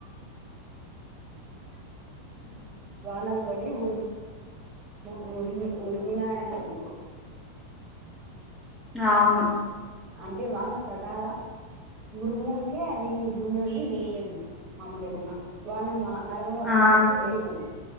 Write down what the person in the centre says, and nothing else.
హ
అవును
ఆ